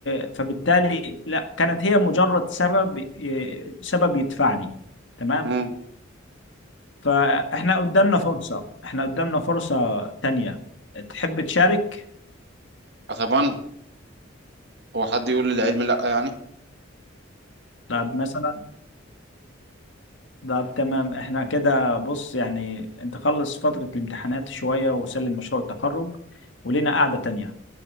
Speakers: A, on the left; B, on the right.
A: آه، فبالتالي لا كانت هي مجرد سبب آه، سبب يدفعني تمام
B: مم.
A: فإحنا قدامنا فرصة إحنا قدامنا فرصة تانية تحب تشارك
B: اتمنى هو حد يقول لي العلم لا يعني
A: طب مثلا طب تمام احنا كده بص يعني انت خلص فترة الامتحانات شوية وسلم مشروع التخرج ولينا قعدة تانية